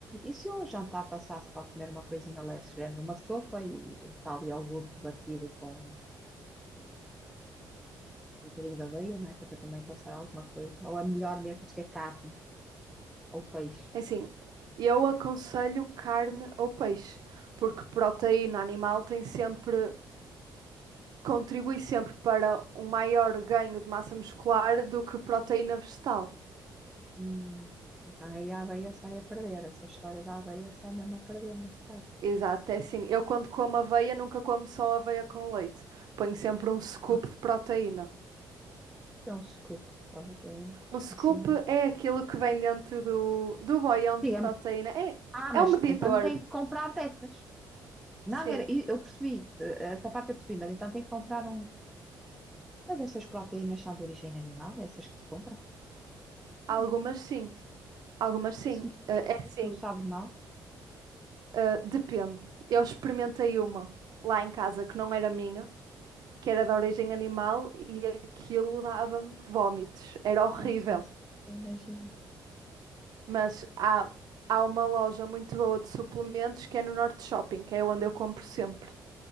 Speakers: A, in the centre; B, on the right.
A: E se o jantar passasse só a comer uma coisinha leve, género uma sopa e está ali iogurte batido com um bocadinho de aveia, não é? Que é para também passar alguma coisa. Ou é melhor mesmo se é carne ou peixe.
B: É Assim, eu aconselho carne ou peixe, porque proteína animal tem sempre, contribui sempre para um maior ganho de massa muscular do que proteína vegetal.
A: Hum, Então aí a aveia sai a perder. Essa história da aveia sai mesmo a perder neste caso.
B: Exato, é assim. Eu quando como aveia, nunca como só aveia com leite. Ponho sempre um scoop
A: Ah,
B: de proteína.
A: é um scoop de proteína.
B: O scoop
A: Ensina-me.
B: é aquilo que vem dentro do, do boião de
A: Diga-me.
B: proteína. É,
A: Ah, mas
B: é um medidor,
A: então tem que comprar dessas. Não,
B: sim.
A: era, e eu percebi, eh, essa parte eu percebi, mas então tem que comprar um. Mas estas proteínas são de origem animal, essas que se compram?
B: Algumas
A: Não,
B: sim, algumas sim.
A: isso,
B: Eh, é
A: isso
B: sim,
A: não sabe mal.
B: Eh, depende. Eu experimentei uma lá em casa que não era minha, que era de origem animal e aquilo dava-me vómitos. Era horrível.
A: Pois é isso, eu imagino.
B: Mas há, há uma loja muito boa de suplementos que é no Norte Shopping, que é onde eu compro sempre.